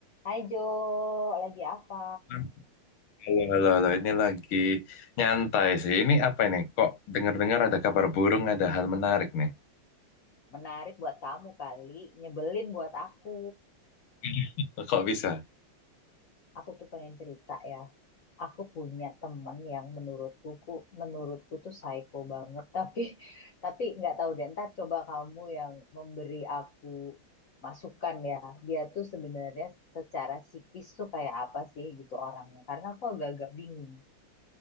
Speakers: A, on the left (about 65°); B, on the left (about 80°).
A: Hai Jo, lagi apa?
B: Halo, halo, halo. Ini lagi nyantai sih. Ini apa ini? Kok dengar-dengar ada kabar burung, ada hal menarik nih.
A: Menarik buat kamu kali, nyebelin buat aku.
B: <laughs> Kok bisa?
A: Aku tuh pengen cerita ya. Aku punya temen yang menurutku ku- menurutku tuh psycho banget, <laughs> tapi tapi nggak tahu deh. Ntar coba kamu yang memberi aku masukan ya. Dia tuh sebenarnya secara psikis tuh kayak apa sih gitu orangnya? Karena aku agak-agak bingung.